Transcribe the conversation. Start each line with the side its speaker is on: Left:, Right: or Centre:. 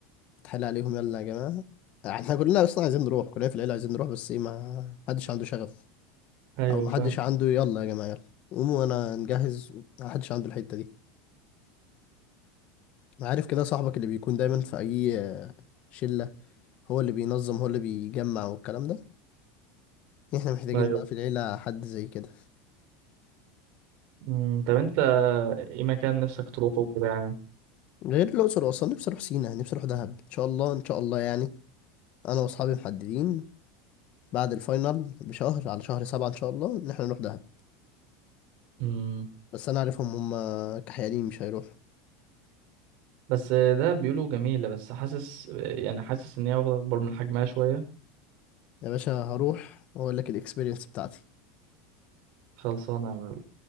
Left: اتحايل عليهم يلا يا جماعة احنا كلنا اصلا عايزين نروح كلنا في العيلة عايزين نروح بس ايه ما حدش عنده شغف
Right: ايوه
Left: او ما
Right: فاهم
Left: حدش عنده يلا يا جماعة يلا قوموا وانا نجهز ما حدش عنده الحتة دي أنا عارف كده صاحبك اللي بيكون دايما في اي آه، شلة هو اللي بينظم هو اللي بيجمع والكلام ده احنا محتاجين
Right: ايوه
Left: بقى في العيلة حد زي كده
Right: مم. طب انت ايه مكان نفسك تروحه وكده يعني
Left: غير الأقصر وأسوان نفسي أروح سينا نفسي أروح دهب إن شاء الله إن شاء الله يعني أنا وأصحابي محددين بعد الفاينل بشهر على شهر سبعة إن شاء الله إن احنا نروح دهب
Right: مم.
Left: بس أنا عارفهم هم كحيانين مش هيروحوا
Right: بس ده بيقولوا جميلة بس حاسس يعني حاسس ان هي واخدة اكبر من حجمها شوية
Left: يا باشا هروح واقول لك الاكسبيرينس بتاعتي
Right: خلصانة يا معلم